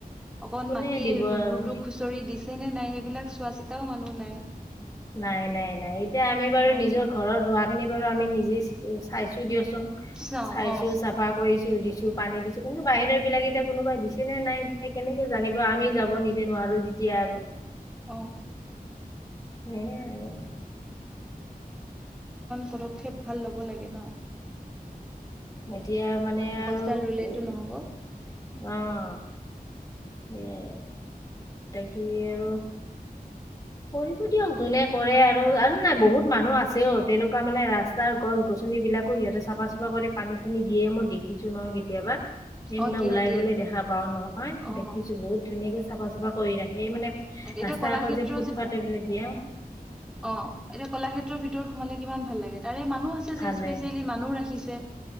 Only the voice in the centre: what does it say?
অকন
মাটিৰ
গুৰতো খুচৰি দিছ যেনে নাই সেইবিলাক চোৱা চিতাও মানুহ নাই।
উম
চাও অ
<inaudible>
পদক্ষেপ ভাল ল'ব লাগে ন।
গছডাল ৰুলেতো
নহব
অ
দিয়ে
দিয়ে
অ
তাকে এতিয়া
কলাক্ষেত্ৰ
অ এতিয়া কলাক্ষেত্ৰৰ ভিতৰত সোমালে কিমান ভাল লাগে। তাৰে মানুহ আছে
যে স্পেচিয়েলি মানুহ ৰাখিছে।